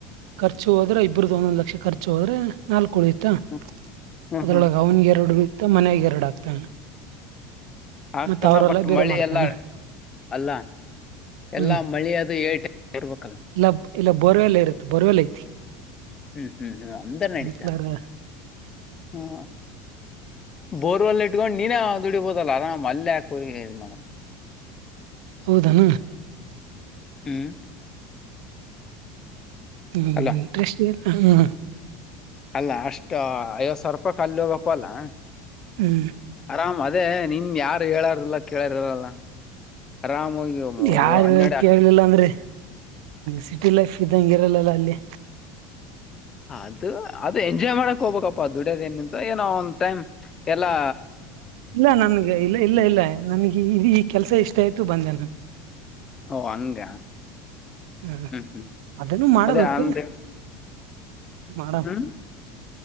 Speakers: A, on the right (about 75°); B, on the left (about 15°).
A: ಖರ್ಚು ಹೋದ್ರೆ ಇಬ್ಬರದೂ ಒಂದೊಂಧು ಲಕ್ಷ ಖರ್ಚು ಹೋದ್ರೆ ನಾಲ್ಕು ಉಳೀತು ಇತ್ತ
B: ಹ್ಮ್ ಹ್ಮ್
A: ಅದ್ರೊಳಗೆ
B: ಹ್ಮ್
A: ಅವನಿಗೆ ಎರಡು ಮತ್ತೆ ಮನೆಗೆ ಎರಡ ಆಗ್ತಾನ
B: ಆಗ್ತಾನ
A: ಮತ್ತ ಅವರೆಲ್ಲ
B: ಬಟ್
A: ಬೇರೆ
B: ಮಳಿ
A: ಮಾಡ್ತಾನ
B: ಎಲ್ಲ ಅಲ್ಲ
A: ಹ್ಮ್
B: ಎಲ್ಲಾ ಮಳಿ ಅದು ಏಟ ಇರ್ಬೇಕಲ್ಲ
A: ಇಲ್ಲ ಇಲ್ಲ ಬೋರ್ವೆಲ್ ಇರುತ್ತೆ ಬೋರ್ವೇಲ್ ಐತಿ
B: ಹ್ಮ್ ಹ್ಮ್ ಹ್ಮ್ ಅಂದರ್
A: ಸ್ಪ್ರಿಂಕ್ಲರ್
B: ನಡತ ಹ್ಮ ಬೋರ್ವಲ್ ಇಟ್ಕೊಂಡು ನೀನ ದುಡಿಬೋುದಲ್ಲ ಆರಾಮ್ ಅಲ್ಲ ಹಾಕ ಹೋಗ ಮೇಡ್
A: ಹೌದಣ
B: ಹ್ಮ್
A: ಹ
B: ಅಲ್ಲ
A: ಇಂಟ್ರೆಸ್ಟ್ ಇಡ್ ಹ್ಮ.
B: ಅಲ್ಲಾ ಅಷ್ಟ ಐವತ್ ಸಾವಿರ ರೂಪಾಯಿ ಕಾಲ ಹೋಗಪ್ಪ ಅಲ್ಲಾ.
A: ಹ್ಮ್
B: ಆರಾಮ ಅ. ಅದೇ ನಿನ್ ಯಾರು ಹೇಳಾರಲ್ಲ ಕೇಳಾರಲ್ಲ. ಆರಾಮ
A: ಯಾರು
B: ಅನ್ನಡಕ.
A: ಕೇಳಲಿಲ್ಲ ಅಂದ್ರೆ ಸಿಟಿ ಲೈಫ್ ಇದ್ದಂಂಗ ಇರಲ್ಲ. ಲ್ಲಿ
B: ಅದು ಅದು ಎಂಜಾಯ್ ಮಾಡಕ್ ಹೋಗ್ಬೇಕಪ್ಪಾ ದುಡ್ಯೋದ ಏನಿಂತ ಏನೋ ಒಂದ್ ಟೈಮ್ ಎಲ್ಲಾ
A: ಇಲ್ಲ ನಮಗೆ ಇಲ್ಲ ಇಲ್ಲ ಇಲ್ಲ ನಮಗೆ ಈ ಕೆಲ್ಸ ಎಷ್ಟ ಆಯ್ತು ಬಂದೆ ನ
B: ಓ ಹಂಗ
A: ಹ್ಮ
B: ಹ್ಮ್
A: ಅದನ್ನು ಮಾಡಬೇಕು
B: ಅದೇ ಅಂದೆ
A: ಮಾಡ
B: ಹ್ಮ್